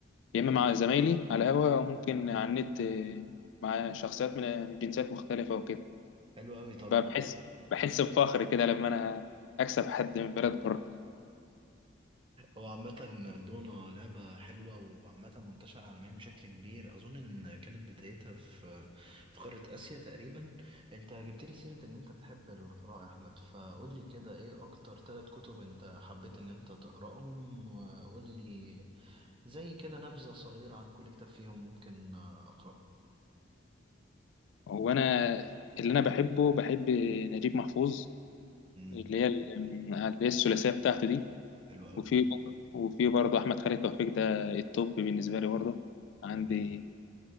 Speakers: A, on the left; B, on the right.
A: يا إما مع زمايلي على القهوة أو ممكن على النت آه، مع شخصيات من آه، من جنسيات مختلفة وكده
B: حلو أوي طب
A: بقى بحس بحس بفخر كده لما أنا أكسب حد من بلد بره
B: هو عامة دونا لعبة حلوة وعامة منتشرة عالميا بشكل كبير أظن إن كانت بدايتها في في قارة آسيا تقريبا أنت جبت لي سيرة إن أنت بتحب القراءة يا أحمد فقول لي كده إيه أكتر ثلاث كتب أنت حبيت إن أنت تقرأهم وقول لي زي كده نبذة صغيرة عن كل كتاب فيهم ممكن آه، أقرأه
A: وأنا اللي أنا بحبه بحب نجيب محفوظ
B: امم
A: اللي هي ال- اللي هي الثلاثية بتاعته دي
B: حلو قوي
A: وفي وفي برضه احمد خالد توفيق ده التوب بالنسبه لي برضه عندي
B: جميل